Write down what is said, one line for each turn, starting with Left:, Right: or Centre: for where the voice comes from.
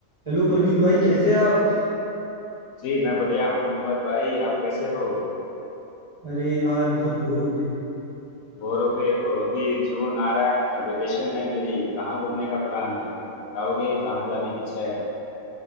Right: Hello Parveen भाई कैसे हैं आप
Left: जी मैं बढ़िया हूँ मोहम्मद भाई आप कैसे हो
Right: अरे यार बहुत बोर हो गया
Left: बोर हो गए हो अभी जून आ रहा है वेकेशन है मेरी कहाँ घूमने का प्लान है बताओगे कहाँ जाने की इच्छा है